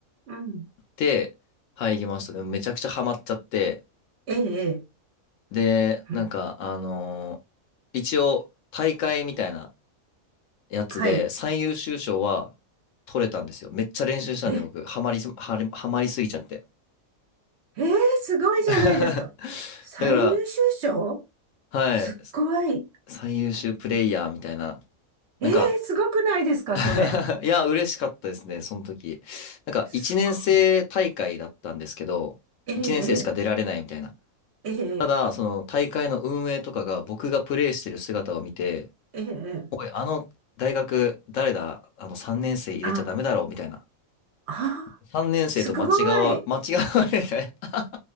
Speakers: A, on the right (about 60°); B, on the left (about 70°).
A: うん、
B: で、入りました。でもめちゃくちゃハマっちゃって、
A: ええ、ええ
B: で、なんか、
A: うん
B: あのー一応、大会みたいなやつで、
A: はい。
B: 最優秀賞は取れたんですよ。めっちゃ練習したんで、
A: え
B: 僕、ハマりす、ハリハマりすぎちゃって。
A: ええすごいじゃないですか。
B: <laughs>
A: 最優秀賞
B: だから、はい、
A: すっごい。
B: 最優秀プレイヤーみたいな、
A: ええすごくないですか、
B: なんか <laughs>
A: それ。
B: いや、嬉しかったですね、その時。なんか、
A: すごい。
B: 1年生大会だったんですけど、
A: ええ
B: 1年生しか出られないみたいな。
A: えええ
B: ただ、その大会の運営とかが僕がプレイしてる姿を見て、
A: ーえーえー
B: おい、あの大学、誰だあの3年生入れちゃダメだろうみたいな。
A: あ、あ、
B: 3年生と間違わ、
A: すごい。
B: 間違われない <laughs>